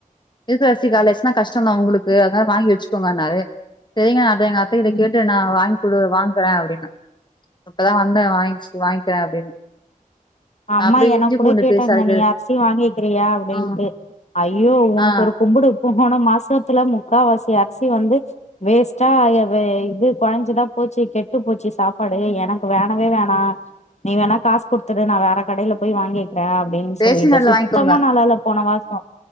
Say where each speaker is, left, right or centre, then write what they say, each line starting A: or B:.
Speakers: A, on the left; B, on the left.
A: <unintelligible> அரிசி காலியாச்சுன்னா கஷ்டோதா அவுங்ளுக் கு அதனால வாங்கி வெச்சுக்கோங்கனாரு செரிங்க இப்ப எங்க அத்த கிட்ட
B: ம்
A: கேட்டு நா வாங் குடு வாங்குறே அப்டின்னே இப்பதா வந்தே வாங்கிச்சு வாங்கிக்கிறே அப்டின்னு
B: அம்மா
A: அப்றோ
B: எனக்
A: இஞ்சி
B: கூட
A: பூண்டு
B: கேட்டாங்க
A: பேஸ்ட் அரைக்கிறது
B: நீ அர் சி வாங்கிக்கிறியா அப்டிண்டு
A: ஆ
B: ஐயோ உனக்கொரு
A: ஆ
B: கும்புடு போன மாசத்துல முக்காவாசி அரிசி வந்து வேஸ்டா இது குழஞ்சுதா போச்சு கெட்டு போச்சு சாப்பாடு எனக்கு வேணவே வேணா நீ வேணா காசு குடுத்துடு நான் வே கடையில போய் வாங்கி ரா அப்டின்
A: ரேஷன்
B: சொல்லிட்டு
A: கடைல
B: சுத்தமா
A: வாங்கிக்கோங்க
B: நல்லால்ல போன மாசோ